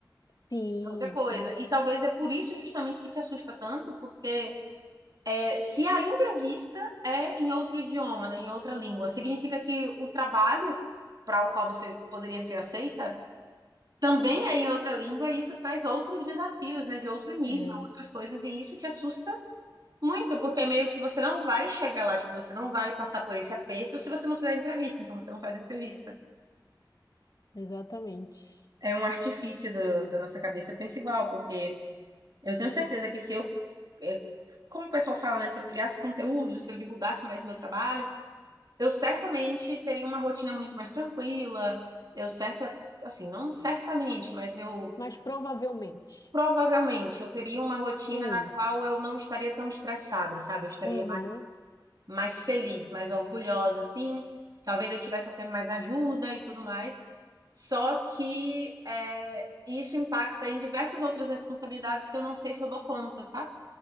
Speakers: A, on the left (about 50°); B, on the right (about 55°).
A: Sim,
B: é outra coisa.
A: sim.
B: E talvez é por isso justamente que te assusta tanto, porque é, se a entrevista é em outro idioma, né? Em outra língua, significa que o trabalho para o qual você poderia ser aceita também é em outra língua e isso traz outros desafios, né, de outro nível,
A: É,
B: outras coisas, e isso te assusta muito, porque meio que você não vai chegar lá, tipo, você não vai passar por esse aperto se você não fizer entrevista, então você não faz entrevista.
A: exatamente.
B: É um artifício do- da nossa cabeça, eu penso igual, porque eu tenho certeza que se eu, é, como o pessoal fala, né, se eu criasse conteúdo, se eu divulgasse mais meu trabalho, eu certamente teria uma rotina muito mais tranquila, eu certa, assim, não certamente, mas eu
A: Mas provavelmente.
B: Provavelmente eu teria uma rotina
A: Sim.
B: na qual eu não estaria tão estressada, sabe? Eu estaria
A: Uhum,
B: mais, mais feliz, mais orgulhosa, assim. Talvez eu tivesse até mais ajuda e tudo mais. Só que é, isso impacta em diversas outras responsabilidades que eu não sei se eu dou conta, sabe?